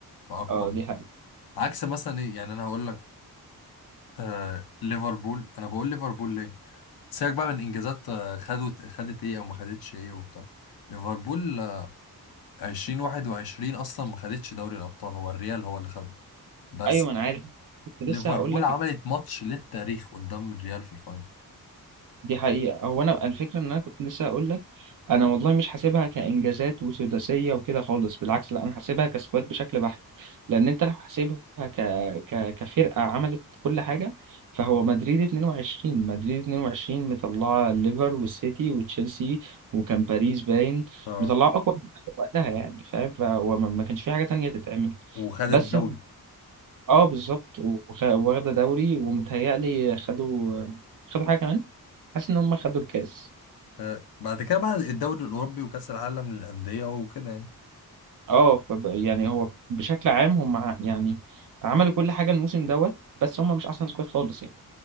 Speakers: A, on the left; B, on the right.
A: في اقوى
B: اه دي حقيقة
A: عكس مثلا ايه يعني انا هقول لك آه ليفربول انا بقول ليفربول ليه سيبك بقى من انجازات آه، خدت خدت ايه او ما خدتش ايه وبتاع ليفربول آه، 2021 اصلا ما خدتش دوري الابطال هو الريال هو اللي خد بس
B: ايوه ما انا عارف كنت
A: ليفربول
B: لسه هقول لك
A: عملت ماتش للتاريخ قدام الريال في الفاينل
B: دي حقيقة هو انا الفكرة ان انا كنت لسه هقول لك انا والله مش حاسبها كانجازات وسداسية وكده خالص بالعكس لا انا حاسبها كسكواد بشكل بحت لان انت لو حاسبها ك... ك... كفرقة عملت كل حاجة فهو مدريد 22 مدريد 22 مطلعة الليفر والسيتي وتشيلسي وكان باريس باين
A: اه
B: مطلعة اقوى وقتها يعني فاهم فهو ما ما كانش في حاجة تانية تتعمل
A: وخدت
B: بس
A: دوري
B: اه بالظبط وخ- واخدة دوري ومتهيألي خدوا خدوا حاجة كمان حاسس ان هم خدوا الكاس
A: آه، بعد كده بعد الدوري الاوروبي وكاس العالم للانديه وكده يعني
B: اه فب... يعني هو بشكل عام هم ع- يعني عملوا كل حاجة الموسم دوت بس هم مش احسن سكواد خالص يعني